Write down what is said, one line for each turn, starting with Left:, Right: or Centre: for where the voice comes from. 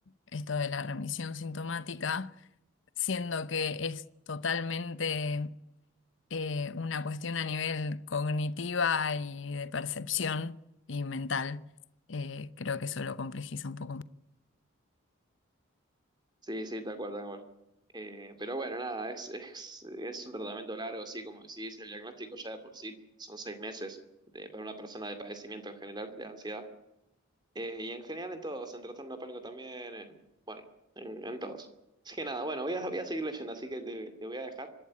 Left: esto de la remisión sintomática, siendo que es totalmente eh, una cuestión a nivel cognitiva y de percepción y mental. Eh, creo que eso lo complejiza un poco más.
Right: Sí, sí, tal cual, tal cual. Eh, pero bueno, nada, es, es, es un tratamiento largo, sí, como decís, el diagnóstico ya de por sí son seis meses de- para una persona de padecimiento en general, de ansiedad. Eh, y en general en todos, en trastorno de pánico también, en- bueno, en, en todos. Así que nada, bueno, voy a, voy a seguir leyendo, así que te, te voy a dejar.